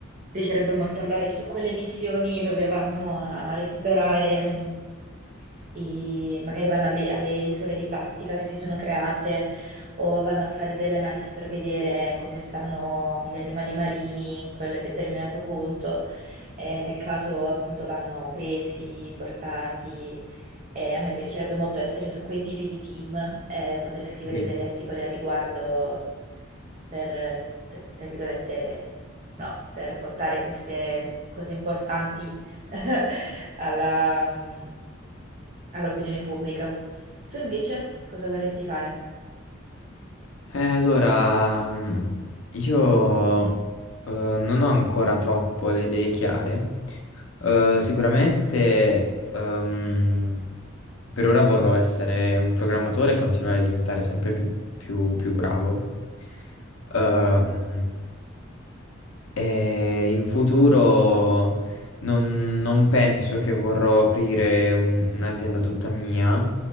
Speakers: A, on the right (about 40°); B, on the left (about 80°).
A: piacerebbe molto andare su quelle missioni dove vanno a recuperare, mh, i- magari vanno alle, alle isole di plastica che si sono create o vanno a fare delle analisi per vedere come stanno gli animali marini in quel determinato punto. Eh, nel caso appunto vanno presi, portati e a me piacerebbe molto essere su quei tipi di team e poter scrivere
B: sì.
A: degli articoli al riguardo per, eh, tra tra virgolette, no, per portare queste cose importanti <laughs> alla, mm, all'opinione pubblica. Tu invece cosa vorresti fare?
B: Eh, allora, mm, io eh, non ho ancora troppo le idee chiare. Eh, sicuramente ehm, per ora vorrò essere un programmatore e continuare a diventare sempre più, più- più bravo. Ehm,
A: Mhm.
B: E in futuro non, non penso che vorrò aprire un- un'azienda tutta mia,